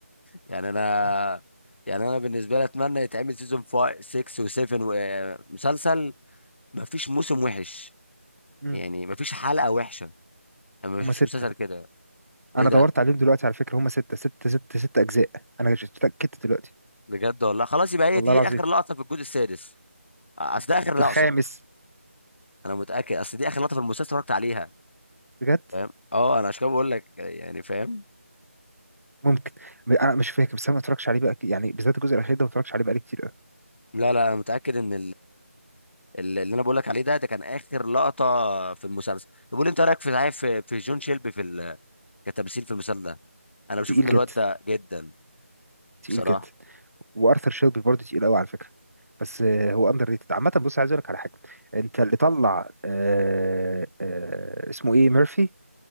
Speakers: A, on the left; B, on the right.
A: يعني انا
B: مم.
A: يعني انا بالنسبه لي اتمنى يتعمل سيزون 5 6 و7 ومسلسل ما فيش موسم وحش
B: مم.
A: يعني ما فيش حلقه وحشه انا ما بشوفش
B: هما ستة
A: مسلسل كده ايه
B: أنا
A: ده
B: دورت عليهم دلوقتي على فكرة هما ستة ستة ستة ستة أجزاء أنا اتأكدت دلوقتي
A: بجد والله خلاص يبقى هي
B: والله
A: دي
B: العظيم
A: اخر لقطه في الجزء السادس اصل ده اخر
B: في
A: لقطه
B: الخامس
A: انا متاكد اصل دي اخر لقطه في المسلسل اتفرجت عليها
B: بجد
A: فاهم اه انا عشان كده بقول لك يعني فاهم
B: ممكن م- أنا مش فاكر بس أنا ما اتفرجش عليه بقى ك- يعني بالذات الجزء الأخير ده ما اتفرجش عليه بقالي كتير قوي
A: لا لا انا متاكد ان اللي انا بقول لك عليه ده ده كان اخر لقطه في المسلسل طب قول لي انت رايك في صحيح في في جون شيلبي في ال... كتمثيل في المسلسل ده انا بشوف
B: تقيل
A: ان
B: جدا
A: الواد ده جدا
B: تقيل
A: بصراحه
B: جدا وارثر شيلبي برضه تقيل قوي على فكره بس آه، هو اندر ريتد عامه بص عايز اقول لك على حاجه انت اللي طلع آه آه اسمه ايه ميرفي